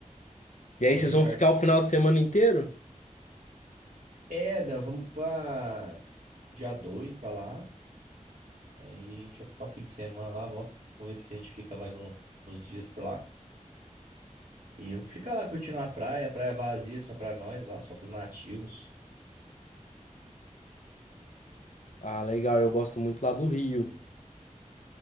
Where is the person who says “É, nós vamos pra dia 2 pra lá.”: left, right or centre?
Right